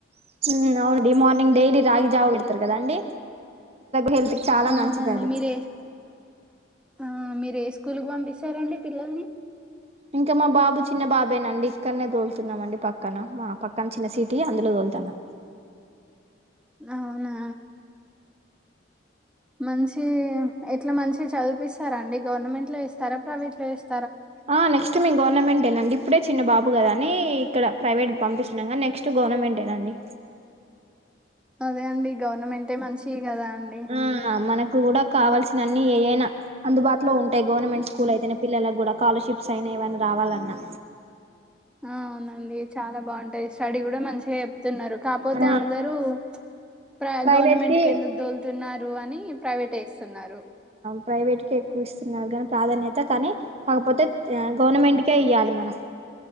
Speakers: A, on the right; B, in the centre.
A: మ్ అవును మార్నింగ్ డైలీ రాగి జావ పెడతారు కదాండి <unintelligible> చాలా
B: అవునండి
A: మంచిది అది
B: మీరే ఆ మీరు ఏ స్కూల్ కు పంపిస్తారంండి పిల్లల్ని
A: ఇంకా మా బాబు చిన్న బాబేనండి ఇక్కడనే తోలుతున్నాం అండి పక్కన మా పక్కన చిన్న సీటీ అందులో తోలుతాన
B: అవునా మంచి ఎట్లా మంచిగా చదిపిస్తారా అండి గవర్నమెంట్ లో వేస్తారా ప్రైవేట్ లో వేస్తారా
A: ఆ నెక్స్ట్ మేం గవర్నమెంటి నండి ఇప్పుడే చిన్న బాబు కదా అని ఇక్కడ ప్రైవేట్ పంపిస్తున్నాగానీ నెక్స్ట్ గవర్నమెంటె నండి
B: అదే అండి గవర్నమెంటే మంచివి కదా అండి
A: ఆ మన కూడా కావల్సిన అన్ని ఏ అయినా అందుబాటు లో ఉంటాయి గవర్నమెంట్కూల్
B: ఉమ్.
A: అయితేనే పిల్లలకు కూడా స్కాలర్షిప్స్ అయినా ఏవన్న రావాలన్నా
B: ఆ అవునండి చాలా బావుంటాయి స్టడీ కూడా మంచిగా చెప్తున్నారు కాపోతే
A: ఆ
B: అందరూ ప్రై
A: ప్రైవేట్
B: గవర్నమెంట్
A: కి
B: కెందుకు దోలు తున్నారు అని ప్రైవేటైజ్ తున్నారు
A: ప్రైవేట్కే ఎక్కువ ఇస్తున్నారు గానీ ప్రాధాన్యత కానీ కాకపోతే గవర్నమెంట్కే ఇయాలి మనం